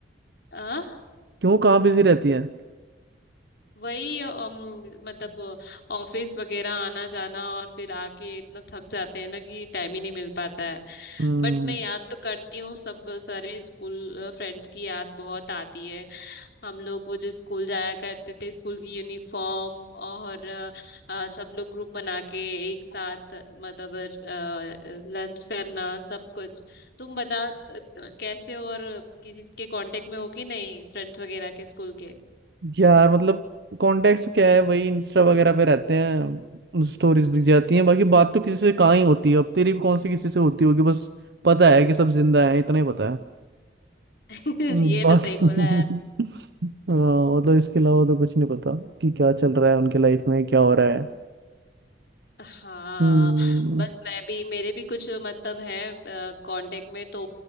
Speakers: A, on the left; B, on the right.
A: हाँ
B: क्यों कहाँ बिजी रहती है
A: वही अम, मतलब ऑफिस वगैरह आना जाना और फिर आके इतना थक जाते हैं ना कि टाइम ही नहीं मिल पाता है
B: हम्म
A: बट मैं याद तो करती हूँ सब सारे स्कूल फ्रेंड्स की याद बहुत आती है हम लोग वो जो स्कूल जाया करते थे स्कूल की यूनिफॉर्म और अ, अ, सब लोग ग्रुप बना के एक साथ मतलब लंच करना सब कुछ तुम बता अ, कैसे हो और किसी के कांटेक्ट में हो कि नहीं फ्रेंड्स वगैरह के स्कूल के
B: यार मतलब कॉन्टेक्स्ट क्या है वही इंस्टा वगैरह पे रहते हैं स्टोरीज दिख जाती हैं बाकी बात तो किसी से कहाँ ही होती है अब तेरी भी कौन सी किसी से होती होगी बस पता है कि सब जिंदा हैं इतना ही पता है
A: <laughs>
B: हम्म,
A: ये
B: बाकी
A: तो सही बोला
B: <laughs> हाँ, मतलब इसके अलावा तो कुछ नहीं पता कि क्या चल रहा है उनके लाइफ में क्या हो रहा है
A: हाँ
B: हम्म हम्म,
A: बस मैं भी मेरे भी कुछ मतलब हैं कांटेक्ट में तो